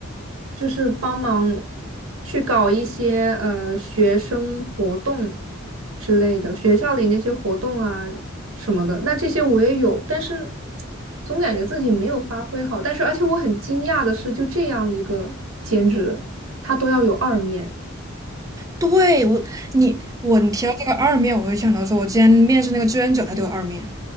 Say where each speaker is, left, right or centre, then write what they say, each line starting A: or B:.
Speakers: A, on the right; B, on the right.
A: 就是帮忙去搞一些呃学生活动之类的，学校里那些活动啊什么的。那这些我也有，但是总感觉自己没有发挥好。但是而且我很惊讶的是，就这样一个兼职，他都要有二面，
B: 对我，你我你提到这个二面，我会想到说，我之前面试那个志愿者，他都有二面，